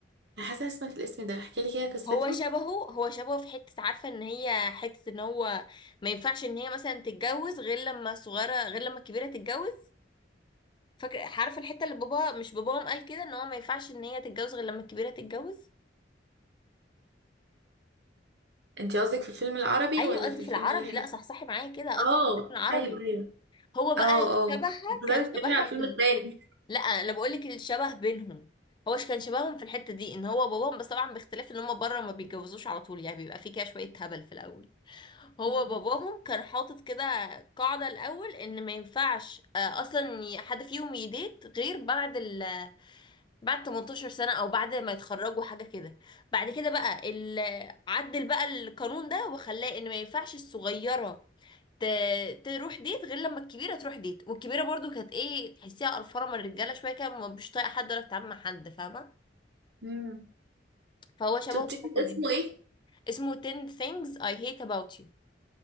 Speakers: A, on the right (about 70°); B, on the left (about 25°).
A: أنا حاسة إني سمعت الاسم ده احكي لي كده قصته
B: هو شبهه هو شبهه في حتة عارفة ان هي حتة ان هو ما ينفعش ان هي مثلا تتجوز غير لما صغيرة غير لما الكبيرة تتجوز فاكرة عارفة الحتة اللي بابا مش باباهم قال كده ان هو ما ينفعش ان هي تتجوز غير لما الكبيرة تتجوز
A: انت قصدك في الفيلم العربي
B: ايوه
A: ولا
B: قصدي
A: في الفيلم
B: في العربي
A: اللي احنا
B: لا صحصحي معايا كده قصدي
A: اه
B: في الفيلم العربي
A: ايوه ايوه
B: هو بقى
A: اه
B: شبهها
A: اه انت قاعدة
B: كان شبهها
A: تتكلمي على الفيلم
B: في
A: التاني
B: ال... لا انا بقول لك الشبه بينهم هو ش- كان شبههم في الحته دي ان هو باباهم بس طبعا باختلاف ان هم بره ما بيتجوزوش على طول يعني بيبقى في كده شويه هبل في الاول هو
A: امم
B: باباهم كان حاطط كده قاعده الاول ان ما ينفعش آه، اصلا ي- حد فيهم يديت غير بعد ال بعد 18 سنه او بعد ما يتخرجوا حاجه كده بعد كده بقى ال- عدل بقى القانون ده وخلاه ان ما ينفعش الصغيره ت- تروح ديت غير لما الكبيره تروح ديت والكبيره برضو كانت ايه تحسيها قرفانه من الرجاله شويه كده ما- مش طايقه حد ولا بتتعامل مع حد فاهمه
A: امم
B: فهو شبهه
A: شفتي
B: في الحته
A: اسمه
B: دي
A: ايه؟
B: اسمه 10 things I hate about you